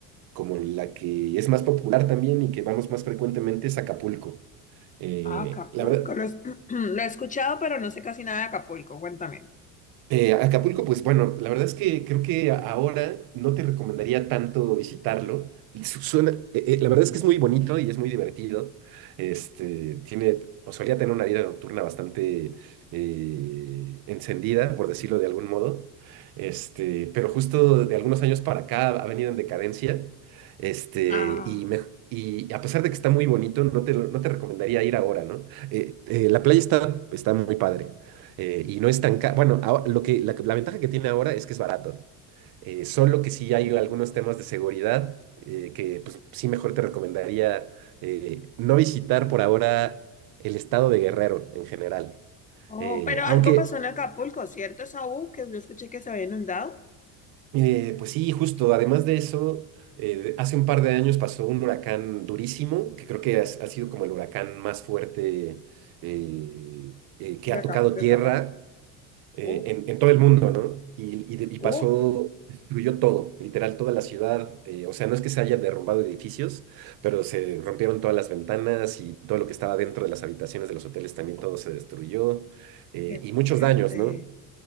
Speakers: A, on the right (about 60°); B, on the left (about 20°).
A: como la que es más popular también y que vamos más frecuentemente es Acapulco. Eh,
B: Ah, Acapulco.
A: la verdad,
B: Lo, es- <clears throat> lo he escuchado, pero no sé casi nada de Acapulco. Cuéntame.
A: Eh, Acapulco, pues bueno, la verdad es que creo que ahora no te recomendaría tanto visitarlo. Su- Suena, eh, eh, la verdad es que es muy bonito y es muy divertido. Este, tiene, o solía tener una vida nocturna bastante eh, encendida, por decirlo de algún modo. Este, pero justo de algunos años para acá ha venido en decadencia. Este,
B: Ah.
A: y me- Y a pesar de que está muy bonito, no te, lo- no te recomendaría ir ahora, ¿no? Eh, eh, la playa está, está muy padre. Eh, y no es tan caro. Bueno, ahora- lo que, la, la ventaja que tiene ahora es que es barato. Eh, solo que sí hay algunos temas de seguridad eh, que pues, sí mejor te recomendaría eh, no visitar por ahora el estado de Guerrero en general.
B: Oh,
A: Eh,
B: pero algo
A: aunque,
B: pasó en Acapulco, ¿cierto, Saúl? Que yo escuché que se había inundado.
A: eh, pues sí, justo, además de eso, eh, hace un par de años pasó un huracán durísimo, que creo que has- ha, sido como el huracán más fuerte eh, eh, que
B: De
A: ha
B: acá,
A: tocado
B: de
A: tierra
B: Acapulco.
A: eh,
B: Uf,
A: en, en todo el mundo, ¿no? Y, y de- y
B: uf,
A: pasó, destruyó todo, literal, toda la ciudad. eh, o sea, no es que se hayan derrumbado edificios, pero se rompieron todas las ventanas y todo lo que estaba dentro de las habitaciones de los hoteles también todo se destruyó. eh,
B: qué
A: y muchos
B: fuerte.
A: daños, ¿no?